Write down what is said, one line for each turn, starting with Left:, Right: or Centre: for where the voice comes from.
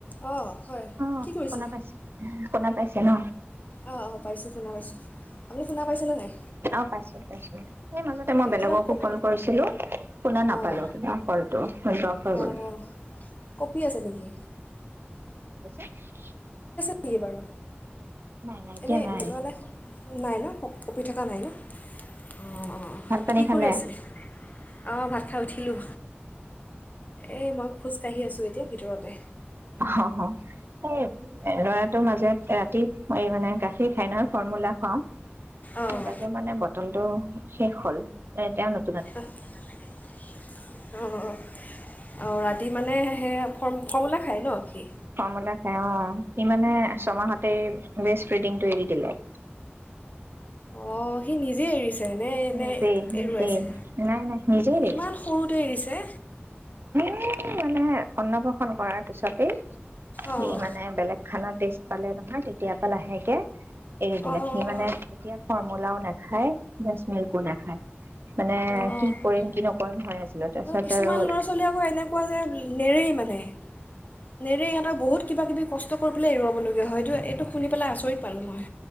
Left: অঁ হয়
Right: অ',
Left: কি কৰিছে
Right: শুনা পাইছো শুনা পাইছে ন?
Left: অঁ <unintelligible> শুনা পাইছেনে নাই
Right: আহ, পাইছো পাইছো সেই মাজতে মই
Left: এ,
Right: বেলেগকো
Left: কিবা কপ
Right: কল কৰিছিলো শুনা নাপালো
Left: অঁ
Right: কিবা কলটো দ্ৰ হৈ গ'ল।
Left: অঁ অঁ কপি আছে নেকি
Right: <unintelligible>
Left: <unintelligible> বাৰু
Right: নাই নাই এতিয়া
Left: এনেই
Right: নাই।
Left: মানে নাই ন? <unintelligible> কঁপি থকা নাই ন? অ', অ',
Right: ভাত পানী
Left: কি
Right: খালে?
Left: কৰি আছে? অ', ভাত খাই উঠিলোঁ। এই মই খোজকাাঢ়ি আছোঁ এতিয়া ভিতৰতে।
Right: হ, হ। এ ল'ৰাটোৰ মাজে ৰাতি এই মানে গাখীৰ খাইনৰ ফৰ্মুলা খাওঁ।
Left: অঁ
Right: তাকে মানে বটলটো শেষ হ'ল এ তেওঁলোক
Left: অ', আৰু ৰাতি মানে সেয়া ফৰ্ম ফৰ্মূলা খায় ন' সি?
Right: ফৰ্মূলা খাই অ', সি মানে ছমাহতেই বেছ ফিডিংটো এৰি দিলে।
Left: অ', সি নিজে এৰিছ এনে, এনে
Right: নিজেই নিজেই
Left: এৰুৱাইছে,
Right: নাই নাই নিজেই দিলে
Left: ইমান সৰুতে এৰিছে।
Right: মানে অন্নপ কৰাৰ পিছতে সি
Left: অঁ
Right: মানে বেলেগ খানত বেছি পালে নহয় তেতিয়া পৰা লাহেকে এৰি দিলে
Left: অঁ
Right: সি মানে এতিয়া ফৰ্মলাও না হায় ব একো নাখায়। মানে
Left: অ'
Right: কি কৰিম কি নকৰিম হৈ আছিলো তাৰপিছত
Left: কিছুমান
Right: আৰু
Left: ল'ৰা ছোৱালী আকৌ এনেকুৱা যে নেৰেই মানে নেৰে ইহঁতৰ বহুত কিবা-কিবি কষ্ট কৰি পেলাই এৰুৱাব লগ হয়তো এইটো শুনি পেলাই আচৰিত পালোঁ মই।